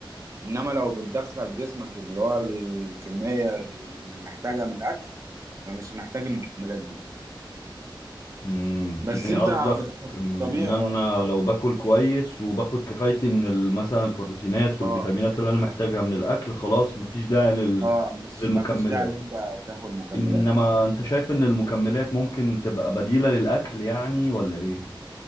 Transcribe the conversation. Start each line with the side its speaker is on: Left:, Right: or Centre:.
Right: انما لو بتدخل جسمك اللي هو الكميه اللي محتاجها من الاكل فمش محتاج المكملات دي
Left: امم
Right: بس
Left: يعني
Right: انت
Left: قصدك
Right: في الط-
Left: مم،
Right: الطبيعي
Left: ان انا
Right: اه
Left: لو باكل كويس وباخد كفايتي من ال- مثلا البروتينات والفيتامينات
Right: اه
Left: اللي انا محتاجها من الاكل خلاص مفيش داعي لل
Right: اه مش
Left: للمكملات
Right: ما فيش داعي ان انت تاخد مكملات
Left: انما
Right: يعني
Left: انت شايف ان المكملات ممكن تبقى بديلة للاكل يعني ولا ايه